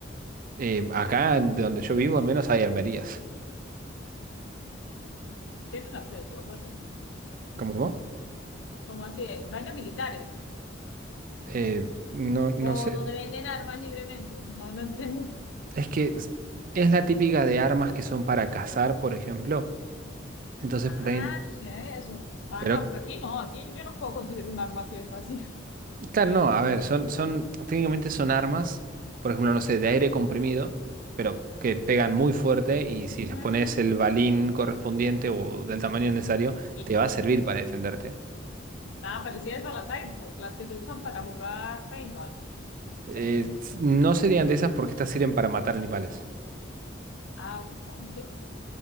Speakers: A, on the right; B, on the left.
A: Eh, acá, de donde yo vivo, al menos hay armerías.
B: Tiene un acceso o algo así,
A: ¿Cómo, cómo?
B: como así, en vainas militares,
A: Eh, no, no
B: o
A: sé,
B: donde venden armas libremente, no, no entiendo.
A: es que es es la típica de armas que son para cazar, por ejemplo. Entonces,
B: Ah,
A: por ahí-
B: sí, sí, eso. Ah,
A: pero
B: no, pero aquí no, aquí yo no puedo conseguir un arma así de fácil.
A: Claro,
B: <laughs>
A: no, a ver, son, son, técnicamente son armas, por ejemplo, no sé, de aire comprimido, pero que pegan muy fuerte y si les
B: Ah,
A: pones el balín correspondiente o del tamaño necesario,
B: sí.
A: te va a servir para defenderte.
B: Ah, parecidas a las iPhones, las que se usan para jugar paintball.
A: Eh,
B: ¿Sí?
A: s- no serían de esas porque estas sirven para matar animales.
B: Ah, ah, sí.